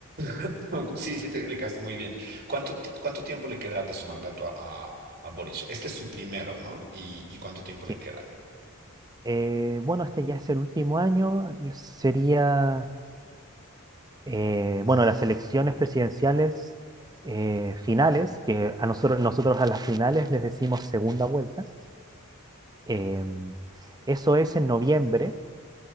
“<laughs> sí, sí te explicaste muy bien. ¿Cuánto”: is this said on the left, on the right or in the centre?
Right